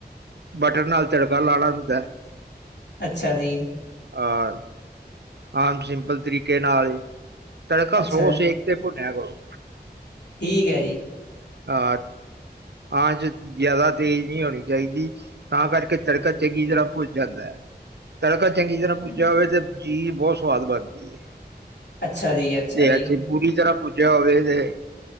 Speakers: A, on the right; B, on the left.
A: ਬਟਰ ਨਾਲ ਤੜਕਾ ਲਾਣਾ ਹੁੰਦਾ।
B: ਅੱਛਾ ਜੀ।
A: ਆ ਹਾ- ਆਮ ਸਿੰਪਲ ਤਰੀਕੇ ਨਾਲ- ਤੜਕਾ
B: ਅੱਛਾ
A: ਸਲੋ ਸੇਕ ਤੇ ਭੁੰਨਿਆ ਕਰੋ।
B: ਠੀਕ ਹੈ ਜੀ।
A: ਹਾਂ ਆ ਚ ਜ਼ਿਆਦਾ ਤੇਜ਼ ਨਹੀਂ ਹੋਣੀ ਚਾਹੀਦੀ ਤਾਂ ਕਰਕੇ ਤੜਕਾ ਚੰਗੀ ਤਰ੍ਹਾਂ ਭੁੱਜ ਜਾਂਦਾ ਐ। ਤੜਕ- ਚੰਗੀ ਤਰ੍ਹਾਂ ਭੁਜਿਆ
B: ਹਮ।
A: ਹੋਵੇ ਤੇ- ਚੀਜ਼ ਹੀ ਬਹੁਤ ਸਵਾਦ ਬਣਦੀ ਐ।
B: ਅੱਛਾ ਜੀ, ਅੱਛਾ
A: ਤੇ
B: ਜੀ,
A: ਐਸੇ ਪੂਰੀ ਤਰਾ ਭੁ- ਭੁੱਜਿਆ ਹੋਵੇ ਤੇ